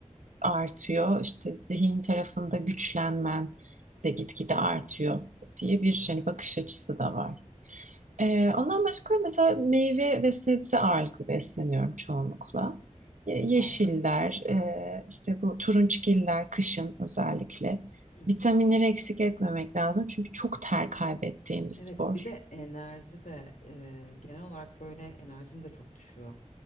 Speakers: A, on the right (about 80°); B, on the left (about 90°).
A: artıyor. İşte zihin tarafında güçlenmen de gitgide artıyor diye bir
B: Aha,
A: hani bakış açısı da var. Ee, ondan başka mesela meyve ve sebze ağırlıklı besleniyorum çoğunlukla. Ye-
B: süper.
A: Yeşiller, e, işte bu turunçgiller kışın özellikle.
B: Hı hı.
A: Vitaminleri eksik etmemek lazım çünkü çok ter kaybettiğim bir spor.
B: Evet bir de enerji de e, genel olarak böyle enerjin de çok düşüyor.